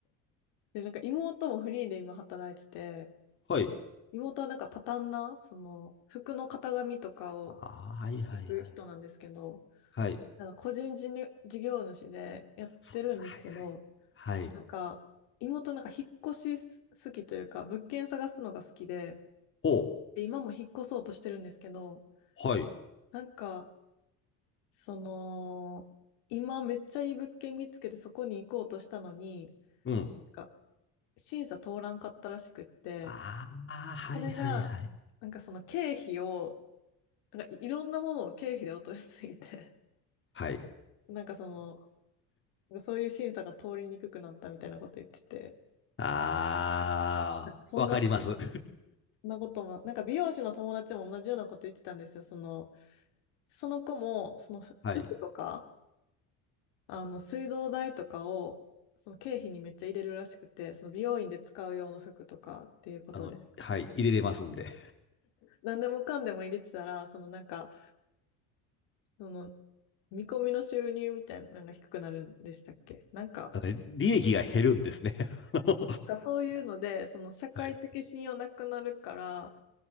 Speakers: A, on the left (about 80°); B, on the left (about 30°).
A: で、なんか妹もフリーで今働いてて、
B: はい。
A: 妹はなんかパターンな、その、服の型紙とかを
B: あー、はいはいはい。
A: 行く人なんですけど、
B: はい。
A: なんか個人事業事業主でやってるんですけど、
B: そうです。はいはい。はい。
A: なんか、妹なんか引っ越しす好きというか、物件探すのが好きで、
B: お、
A: で、今も引っ越そうとしてるんですけど、
B: はい。
A: なんか、その、今めっちゃいい物件見つけてそこに行こうとしたのに、
B: うん。
A: なんか審査通らんかったらしくって、
B: ああ、はいはいはい。
A: それが、なんかその経費を、なんかいろんなものを経費で落としすぎて、
B: はい。
A: <laughs> なんかその、そういう審査が通りにくくなったみたいなこと言ってて、
B: ああ、
A: そんなこと、
B: わかります。
A: そんなことも、なんか美容師の友達も同じようなこと言ってたんですよ。その、その子も、その服とか、
B: <laughs> はい。
A: あの、水道代とかを、その経費にめっちゃ入れるらしくて、その美容院で使う用の服とかっていうことで、
B: あの、はい。入れれますんで。
A: 何でもかんでも入れてたら、そのなんか、その見込みの収入みたいなのが低くなるんでしたっけなんか、
B: あの利益が減るんですね。<laughs> あの
A: なんかそういうので、その社会的信用なくなるから、
B: はい。